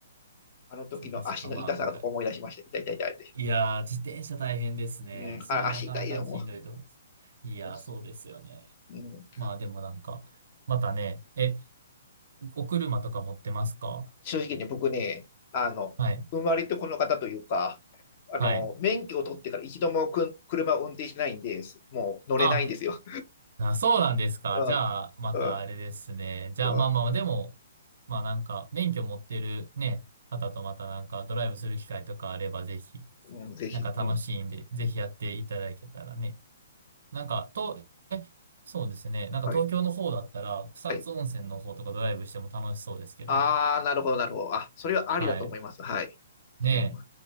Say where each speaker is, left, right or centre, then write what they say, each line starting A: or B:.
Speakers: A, on the left (about 40°); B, on the right (about 65°).
A: あの時の足の痛さが思い出しました。
B: そうですか。まあ、なんか、
A: 痛い痛い痛いって。
B: いやー、自転車大変ですね。
A: うん、
B: それはなかなかしんどいと思います。
A: あ足痛いよ、も
B: いやー、
A: う。
B: そうですよね。
A: うん
B: まあでもなんか、またね、え、お車とか持ってますか
A: 正直ね、僕ね、あの、
B: はい。
A: 生まれてこの方というか、あの、
B: はい。
A: 免許を取ってから一度もくん車を運転しないんで、すもう乗れないんですよ。
B: あ、あ、そうなんですか。
A: <laughs> うんうん
B: じゃあ、またあれですね。じゃあ、
A: うん
B: まあまあ、でも、まあなんか、免許持ってるね、方とまたなんか、ドライブする機会とかあれば、ぜひ、
A: うんぜひ。
B: なんか楽しいんで、
A: うん。
B: ぜひやっていただけたらね。なんか、と、え、そうですね。なんか東京の方だったら、
A: はい。
B: 草津温泉の方とかドライブしても楽しそうですけどね。
A: はい。ああ、なるほど、なるほど。あ、それはありだと思います。
B: はい。
A: はい。
B: ね
A: でも